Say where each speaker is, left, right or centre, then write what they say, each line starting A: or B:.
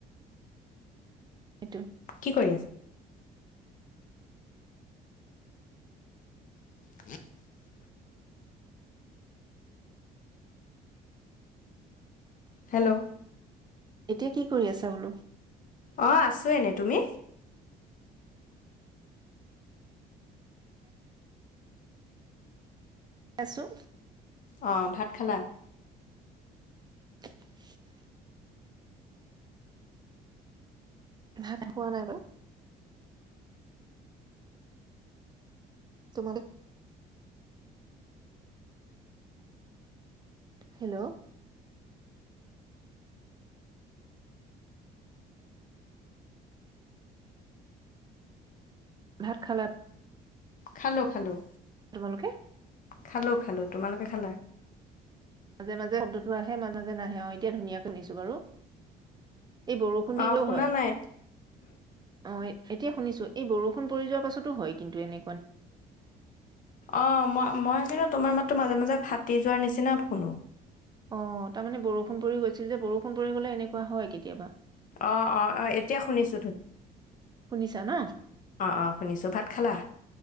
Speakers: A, on the right (about 25°); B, on the left (about 50°).
A: সেইটো।
B: কি কৰি আছা? <inaudible> হেল্ল'।
A: এতিয়া কি কৰি আছা বোলো?
B: অঁ আছোঁ এনে, তুমি?
A: আছোঁ।
B: অ' ভাত খালা?
A: <inaudible> ভাত খোৱা নাই বাৰু তোমালোক হেল্ল'। ভাত খালা?
B: খালোঁ খালোঁ।
A: তোমালোকে
B: খালোঁ খালোঁ, তোমালোকে খালা?
A: মাজে মাজে শব্দটো আহে, মাজে মাজে নাহে, অ' এতিয়া ধুনীয়াকৈ শুনিছোঁ বাৰু। এই বৰষুণ দিলেও
B: অঁ শুনা
A: হয়,
B: নাই
A: অ' এতিয়া শুনিছোঁ। এই বৰষুণ পৰি যোৱাৰ পাছতো হয় কিন্তু এনে
B: অ' মই-মই কিন্তু তোমাৰ মাত মাজে মাজে ফাটি যোৱাৰ নিচিনা শুনো।
A: অ' তাৰমানে বৰষুণ পৰি গৈছিল যে, বৰষুণ পৰি গ'লে এনেকুৱা হয় কেতিয়াবা।
B: অ' অ' অ' এতিয়া শুনিছো ধুনী
A: শুনিছা ন
B: অ' অ' শুনিছো, ভাত খালা?